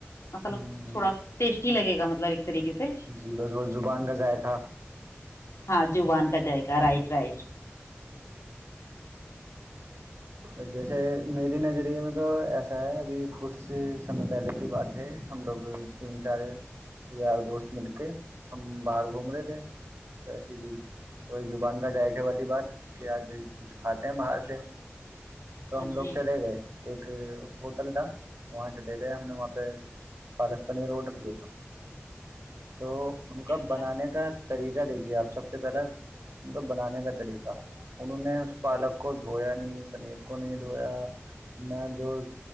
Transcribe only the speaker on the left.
مسل
تھوڑا ٹیسٹی لگے گا مطلب ایک طریقے سے
ہاں جوبان کا جائے گا رائٹ رائٹ
ہاں
جی
اللہ